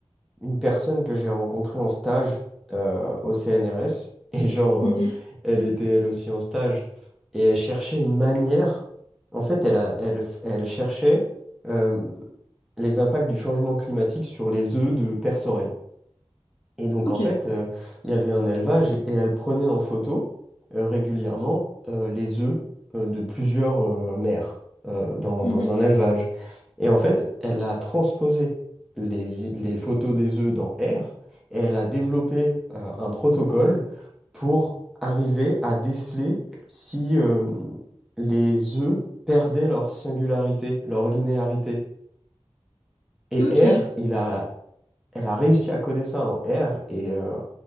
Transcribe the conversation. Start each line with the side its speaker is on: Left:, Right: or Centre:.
Centre: une personne que j'ai rencontrée en stage euh, au CNRS <laughs> et genre
Left: Mhm.
Centre: euh, elle était elle aussi en stage et elle cherchait une manière. En fait, elle a, elle f- elle cherchait euh, les impacts du changement climatique sur les œufs de perce Et donc,
Left: Ok.
Centre: en fait, euh, il y avait un élevage et elle prenait en photo euh, régulièrement euh, les œufs euh, de plusieurs euh, mères euh, dans,
Left: Mhm.
Centre: dans un élevage. Et en fait, elle a transposé les, i- les photos des œufs dans R et elle a développé euh, un protocole pour arriver à déceler si euh, les œufs perdaient leur singularité, leur linéarité. Et
Left: Ok.
Centre: R, il a, elle a réussi à coder ça en R et. euh,